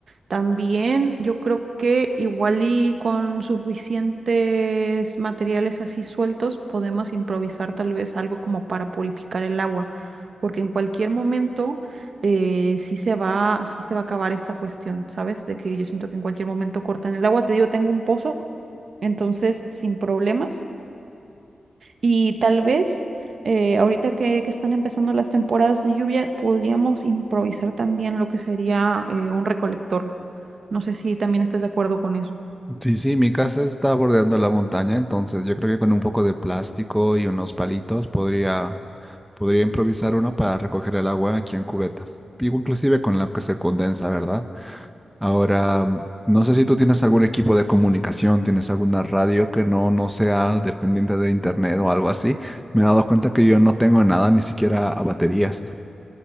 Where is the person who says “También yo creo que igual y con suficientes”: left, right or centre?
Right